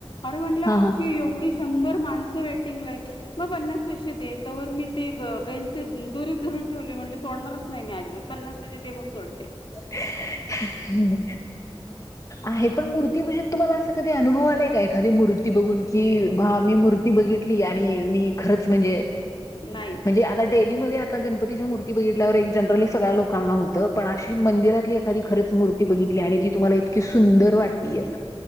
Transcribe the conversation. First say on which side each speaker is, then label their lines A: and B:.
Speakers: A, on the left; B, on the left.
A: अरे म्हंटलं
B: हा
A: अखी
B: हा
A: एवढी शंर माण वेटंग म प्ना प मी द <inaudible> ठेवले म्हणाल सोडणारच नाही मी अजिबात सोडते पन्नास पैसे दे मग सोडते
B: ह् आहे पण मूर्ती म्हणजे तुम्हाला अस कधी अनुभव आलाय का एखादी मूर्ती बघून की मी मूर् बघितली आणि मी खरंच म्हणजे
A: नाही
B: म्हणजे आता डेलीमध्ये आता गणपतीची मूर्ती बघितल्यावर एक जनरली सगळ्या लोकांना होतं पण अशी मंदिरातली एखादी खरंच मूर्ती बघितली आणि जी तुम्हाला इतकी सुंदर वाटलीय